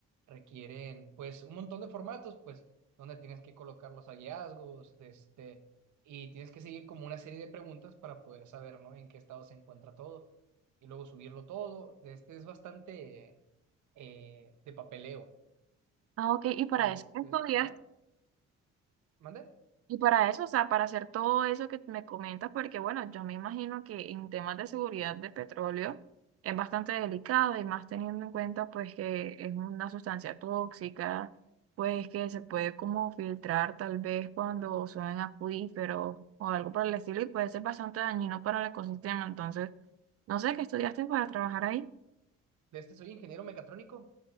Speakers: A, on the right; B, on the right.
A: requieren, pues, un montón de formatos, pues, donde tienes que colocar los hallazgos, de este, y tienes que seguir como una serie de preguntas para poder saber, ¿no? En qué estado se encuentra todo, y luego subirlo todo. De este es bastante eh, de papeleo.
B: Ah, ok, y para
A: De
B: eso
A: este,
B: estudiaste.
A: ajá. ¿Mande?
B: Y para eso, o sea, para hacer todo eso que me comentas, porque bueno, yo me imagino que en temas de seguridad de petróleo es bastante delicado y más teniendo en cuenta pues que es una sustancia tóxica, pues que se puede como filtrar tal vez cuando suben acuíferos o algo por el estilo y puede ser bastante dañino para el ecosistema. Entonces, no sé qué estudiaste para trabajar ahí.
A: De este soy ingeniero mecatrónico,